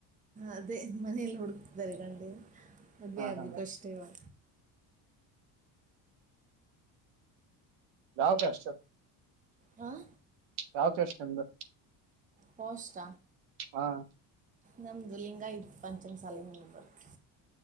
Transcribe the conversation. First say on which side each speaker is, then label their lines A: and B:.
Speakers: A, on the right; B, on the right.
A: ಅದೇ ಮನೇಲಿ ಹುಡುಕ್ತಾರೆ ಗಂಡು ಮದ್ವೆ
B: ಹಾ
A: ಆಗ್ಬೇಕು
B: ಹಾ
A: ಅಷ್ಟೇ ಇವಗ
B: ಯಾವ ಕಾಷ್ಟ
A: ಹಾಂ
B: ಯಾವ ಕಾಸ್ಟ್ ನಿಮ್ದು
A: ಪೋಷ್ಟ
B: ಹಾ
A: ನಮ್ದು ಲಿಂಗಯತ್ ಪಂಚಮಸಾಲಲ್ ಬರುತ್ತ.